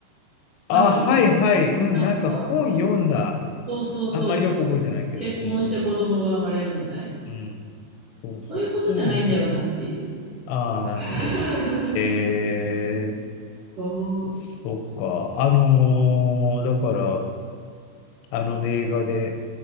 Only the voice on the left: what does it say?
あ、はいはい。うん、
なんか本読んだ。
あんまりよく覚えてないけど、
うん。うん。そうそう。
本読むああ、なるほど。
えー、
そっか。
あのーだから、あの映画で、